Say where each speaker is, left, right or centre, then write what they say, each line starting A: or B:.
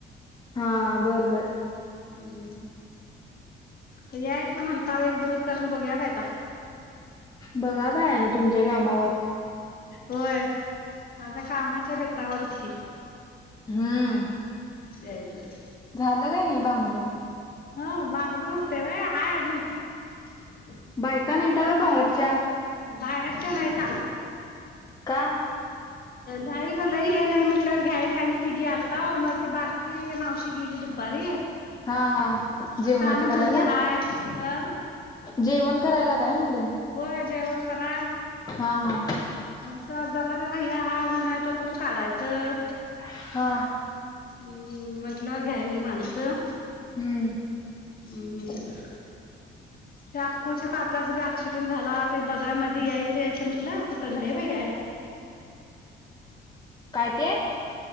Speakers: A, on the left; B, on the left.
A: हा बरोबर
B: हम्म हम् तर यायचं म्हणता एक दिवस करून बघूया आता
A: बघा बाया ना तुमच्या कामावर
B: होय माझ कामाच्या बेतावरच कि
A: हम्म
B: प्यायचंच
A: <unintelligible>
B: हो बांगडून होतेय होय हाय अजून अजून
A: बायका नाहीता होय बाहेरच्या
B: बाहेरच्या नाहीता
A: का
B: नाही गलाई हे नाही म्हटल्यावर घ्याय नाही आम्ही तिघी आलता मग ती बारकी मावशी गेली दुपारी
A: हा हा जेवणाच
B: आता आम्ही
A: करायला
B: दुघी हाय ह
A: जेवण करायला काय म्हणले
B: हो जेवण कराय
A: हां हां
B: मस जरा जरा ह्या उन्हा तोपर्यंत काढायचं
A: हा
B: हम्म म्हंटलंवर घ्यायनी माणसं
A: हमं
B: हम् हम् त्या अकुच्या काकाचा बी अक्सिडेंट झाला ते बघाय मध्ये यायचे‌‌... कुला कुठं नाही बाई आहे.
A: काय ते,?